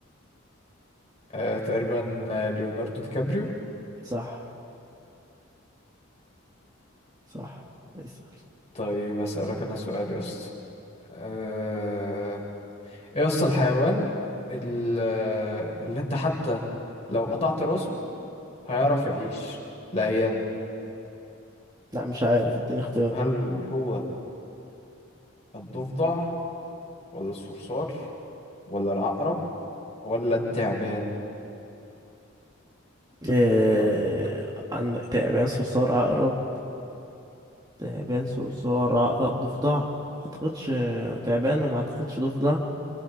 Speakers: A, on the left (about 30°); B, on the right (about 20°).
A: آه، تقريبا آه، ليوناردو دي كابريو
B: صح صح اسأل
A: طيب هسألك انا سؤال يا اسطى آه، ايه يا اسطى الحيوان ال- آه، اللي انت حتى لو قطعت راسه هيعرف
B: مم.
A: يعيش لأيام
B: لا مش عارف اديني اختيار
A: هل هو الضفدع ولا الصرصار ولا العقرب ولا التعبان
B: آه
A: ايه رأيك
B: عندك تعبان صرصار عقرب تعبان صرصار عقرب ضفدع ما اعتقدش تعبان وما اعتقدش ضفدع